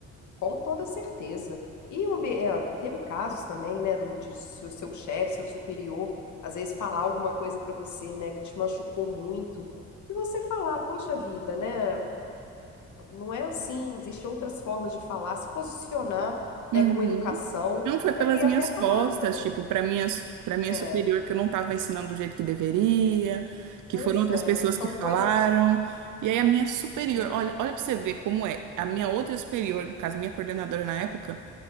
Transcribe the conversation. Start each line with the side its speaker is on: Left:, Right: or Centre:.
Left: Com toda certeza. E o ambi- é, teve casos também, né, do, de seu seu chefe, seu superior, às vezes falar alguma coisa pra você, né, que te machucou muito, e você falar, poxa vida, né, não é assim, existem outras formas de falar, se posicionar, né,
Right: Uhum.
Left: com educação,
Right: Não foi pelas
Left: né, e até
Right: minhas
Left: falar
Right: costas,
Left: também.
Right: tipo, para minha, para minha
Left: É,
Right: superior que eu não estava ensinando do jeito que deveria, que
Left: pois
Right: foram outras
Left: é,
Right: pessoas
Left: são
Right: que falaram.
Left: coisas.
Right: E aí a minha superior,
Left: é.
Right: olha, olha para você ver como é. A minha outra superior, no caso, minha coordenadora na época,